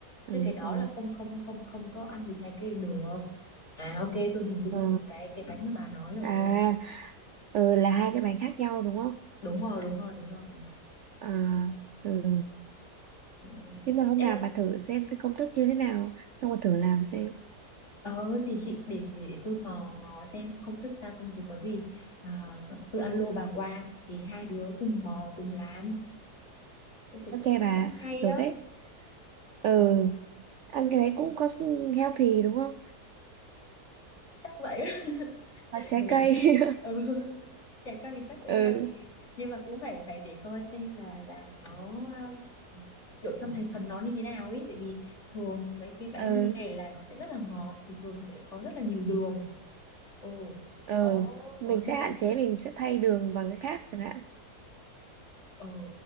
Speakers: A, on the right (about 65°); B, on the left (about 45°).
A: ừ
B: Chứ cái đó
A: ừ
B: là không không không không có ăn với trái cây được. À ok, tôi hình dung
A: ờ
B: là được cái cái bánh mà bà nói rồi.
A: à ừ là hai cái bánh khác nhau đúng không
B: Đúng rồi, đúng rồi, đúng rồi, đúng rồi.
A: ờ ừ
B: Ừ.
A: chứ mà hôm
B: Ê,
A: nào bà thử xem cái công thức như thế nào xong rồi thử làm xem
B: Ờ thì chị để để, để tôi mò mò xem công thức sao xong rồi có gì mà tôi alo bà qua thì hai đứa cùng mò cùng làm tôi thấy
A: ok
B: cũng cũng,
A: bà
B: cũng hay
A: được
B: á
A: ấy ừ
B: ờ,
A: ăn cái đấy cũng có healthy đúng không
B: chắc vậy á.
A: có
B: <laughs>
A: trái
B: để
A: cây
B: ừ, trẻ con thì chắc sẽ
A: <laughs>
B: healthy
A: ừ
B: nhưng mà cũng phải phải để coi xem là là nó um, kiểu trong thành phần nó như thế nào ấy tại vì thường mấy cái bánh
A: ừ
B: như thế này là nó sẽ rất là ngọt thì thường nó sẽ có rất là nhiều đường ồ
A: ừ
B: có
A: mình
B: có đường
A: sẽ hạn chế
B: nữa
A: mình sẽ thay đường bằng cái khác chẳng hạn
B: ờ